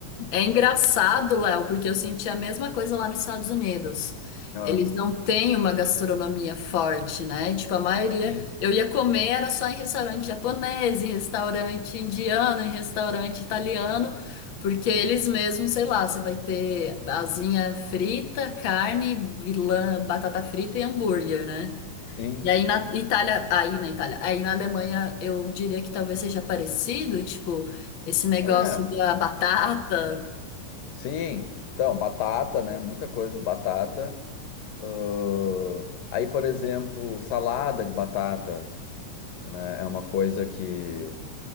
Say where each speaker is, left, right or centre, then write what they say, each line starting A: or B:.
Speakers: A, on the left; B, on the left.
A: É engraçado, Léo, porque eu senti a mesma coisa lá nos Estados Unidos.
B: é.
A: Eles não têm uma gastronomia forte, né? Tipo, a maioria.
B: Sim,
A: Eu ia comer era só em restaurante japonês, em restaurante indiano, em restaurante italiano, porque eles mesmos, sei lá, você vai ter asinha frita, carne, vilã, batata frita e hambúrguer, né?
B: sim.
A: E aí na Itália, aí na Itália, aí na Alemanha, eu diria que talvez seja parecido, tipo, esse negócio
B: É,
A: da batata.
B: sim. Então, batata, né? Muita coisa de batata. Ahn, aí, por exemplo, salada de batata, né? É uma coisa que,